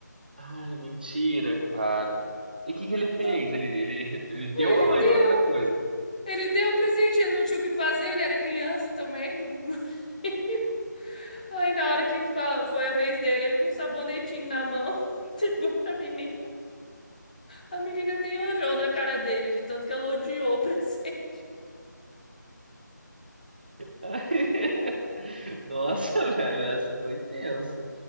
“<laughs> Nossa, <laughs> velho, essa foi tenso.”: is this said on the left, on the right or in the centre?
Right